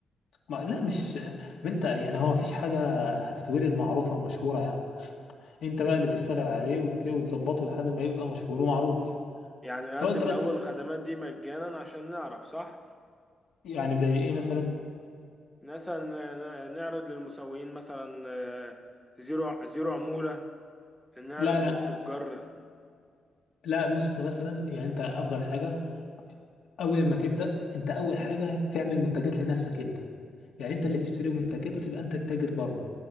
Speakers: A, on the left (about 70°); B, in the centre.
A: ما لا مش ما انت يعني هو مفيش حاجة هتتولد معروفة ومشهورة يعني انت بقى اللي تشتغل عليه وت- وتظبطه لحد ما يبقى مشهور ومعروف
B: يعني نقدم
A: فهو انت بس
B: الاول الخدمات دي مجانا عشان نعرف صح
A: يعني زي ايه مثلا
B: مثلا آه، نعرض للمسوقين مثلا آه، زيرو زيرو عموله نعرض
A: لا لا
B: للتجار
A: لا بص مثلا يعني انت افضل حاجة اول ما تبدأ انت اول حاجة تعمل منتجات لنفسك انت يعني انت اللي تشتري منتجات وتبقى انت التاجر برضه